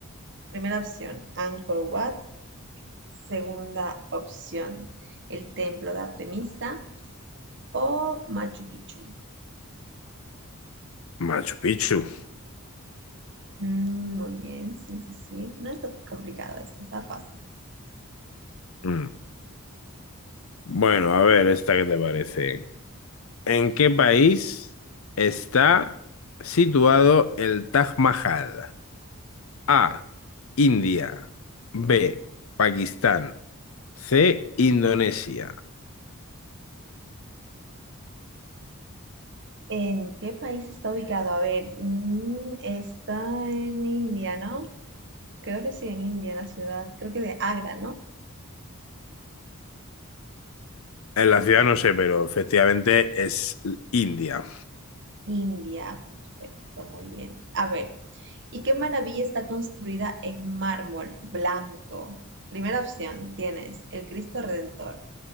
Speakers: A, on the right; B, on the left.
A: Primera opción, Angkor Wat. Segunda opción, el Templo de Artemisa o Machu Picchu.
B: Machu Picchu.
A: Mm, muy bien, sí, sí, sí. No está complicado esto, está fácil.
B: Mm. Bueno, a ver, esta que te parece. ¿En qué país está situado el Taj Mahal? A, India. B, Pakistán. C, Indonesia.
A: ¿En qué país está ubicado? A ver, mm, está en India, ¿no? Creo que sí, en India, la ciudad, creo que de Agra, ¿no?
B: En la ciudad no sé, pero efectivamente es India.
A: India, perfecto, muy bien. A ver, ¿y qué maravilla está construida en mármol blanco? Primera opción, tienes el Cristo Redentor.